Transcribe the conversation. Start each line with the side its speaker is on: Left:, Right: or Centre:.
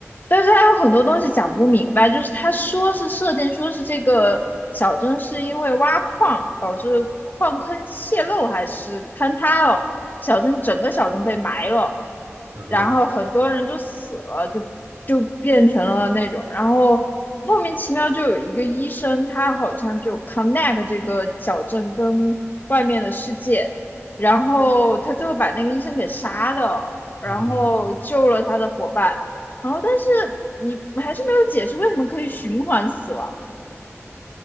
Left: 但是他有很多东西讲不明白，就是他说是设定说是这个小镇是因为挖矿导致矿坑泄漏还是坍塌了，小镇整个小镇被埋了，
Right: 嗯哼，
Left: 然后很多人就死了，就就变成了那种，然后莫名其妙就有一个医生，他好像就 connect 这个小镇跟外面的世界，然后他最后把那个医生给杀了，然后救了他的伙伴。
Right: 嗯哼，
Left: 然后但是你还是没有解释为什么可以循环死亡。